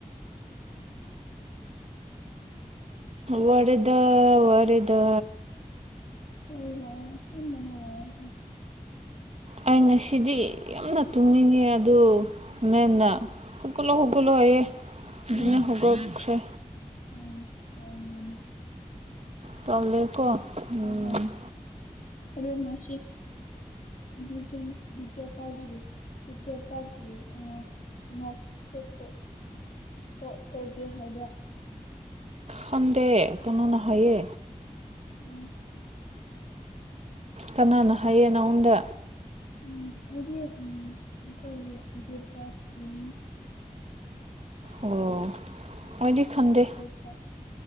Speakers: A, on the left (about 75°); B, on the right (about 55°).
A: <inaudible>
B: ꯋꯥꯔꯦꯗ ꯋꯥꯔꯦꯗ
A: ꯍꯣꯏ ꯋꯥꯔꯦ ꯑꯁꯦꯡꯕꯅꯦ ꯋꯥꯔꯦ ꯍꯣꯏ
B: ꯑꯩ ꯉꯁꯤꯗꯤ ꯌꯥꯝꯅ ꯇꯨꯝꯅꯤꯡꯉꯦ ꯑꯗꯨ ꯃꯦꯝꯅ ꯍꯧꯒꯠꯂꯣ ꯍꯧꯒꯠꯂꯣ ꯍꯥꯏꯌꯦ ꯑꯗꯨꯗꯩ
A: ꯑꯥ
B: ꯍꯧꯒꯠꯈꯔꯦ
A: ꯎꯝ ꯍꯣꯏ ꯃꯅꯤ
B: ꯇꯜꯂꯦꯀꯣ ꯎꯝ
A: ꯍꯣꯏ ꯍꯣꯏ ꯑꯗꯣ ꯅꯁꯤ ꯕꯤꯖꯦꯟ <unintelligible> ꯄꯤ ꯆꯦꯇꯥ ꯀꯤ ꯅꯣꯠꯁ ꯆꯦꯛꯇꯣ ꯇꯣꯛ ꯇꯣꯑꯥꯒꯦ ꯍꯥꯏꯕ꯭ꯔꯥ
B: ꯈꯪꯗꯦ ꯀꯅꯥꯅ ꯍꯥꯏꯌꯦ
A: ꯎꯝ
B: ꯀꯅꯥꯅ ꯍꯥꯏꯌꯦ ꯅꯪꯉꯣꯟꯗ
A: ꯎ ꯑꯩ ꯗꯤ ꯑꯩꯈꯣꯏꯒꯤ ꯒ꯭ꯔꯨꯞꯇ ꯌꯦꯡꯉꯤ
B: ꯑꯣ ꯑꯩꯗꯤ ꯈꯟꯗꯦ
A: ꯒ꯭ꯔꯨꯞꯇ